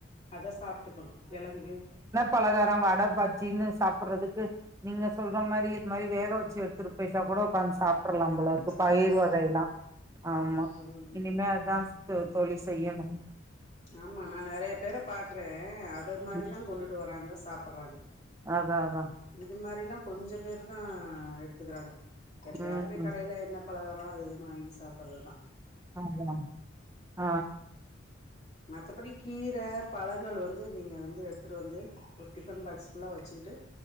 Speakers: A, on the left; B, on the right.
A: அத சாப்ட்டுக்கணு கெழங்கு
B: பலகாரோ வட பஜ்ஜின்னு சாப்படறதுக்கு நீங்க சொல்ற மாரி இது மாரி வேக வெச்சு எடுத்துட்டு போயிட்டா கூட உக்காந்து சாப்டர்லா போலருக்கு பயிர்
A: ம்
B: வகையிலா ஆமா
A: ம் ம்
B: இனிமே அதா தோ தோழி செய்யணும்
A: ஆமா நா நறைய பேர பாக்குறே அத மாரிதா
B: ம்
A: கொண்டுட்டு வராங்க சாப்பறாங்க
B: அதா அதா
A: இது மாரிலா கொஞ்ச பேரு தா எடுத்துக்கறாங்க எப்பயா
B: ம்
A: போய் கடையில என்ன பலகாரோ அது இதுன்னு வாங்கி சாப்பறதுதா
B: <inaudible> அ
A: மத்தபடி கீர பழங்கள் வந்து நீங்க வந்து எடுத்துட்டு வந்து ஒரு டிஃபன் பாக்ஸ் ஃபுல்லா வச்சுக்கிட்டு